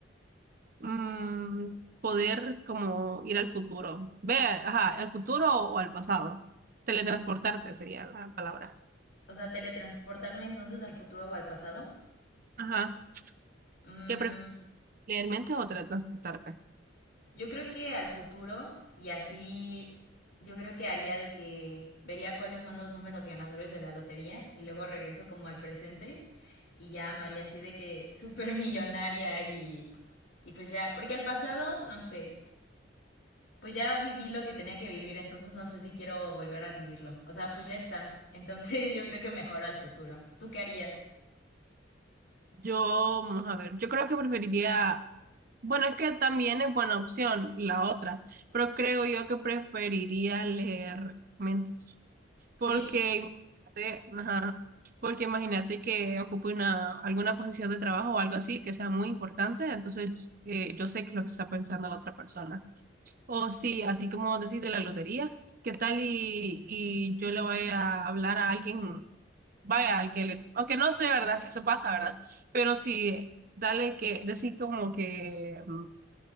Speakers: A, on the right; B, on the left.
A: mm, poder como ir al futuro. Ver, ajá, al futuro o, o al pasado. Teletransportarte sería la palabra.
B: O sea, teletransportarme entonces al futuro o al pasado.
A: Ajá.
B: Mm,
A: ¿Qué prefieres? ¿Leer mentes o teletransportarte?
B: Yo creo que al futuro, y así yo creo que haría de que vería cuáles son los números ganadores de la lotería y luego regreso como al presente y ya me haría así de que <laughs> súper millonaria y, y pues ya, porque al pasado, no sé, pues ya viví lo que tenía que vivir, entonces no sé si quiero volver a vivirlo. O sea, pues ya está. Entonces <laughs> yo creo que mejor al futuro. ¿Tú qué harías?
A: Yo, vamos a ver, yo creo que preferiría, bueno, es que también es buena opción la otra, pero creo yo que preferiría leer mentes.
B: ¿Sí?
A: Porque imagínate, ajá, porque imagínate que ocupe una, alguna posición de trabajo o algo así que sea muy importante, entonces eh, yo sé que es lo que está pensando la otra persona. O sí, así como decir de la lotería, ¿qué tal y, y yo le voy a hablar a alguien, vaya, al que le, aunque no sé, ¿verdad? Si eso pasa, ¿verdad? Pero sí, dale que, decir como que, mm,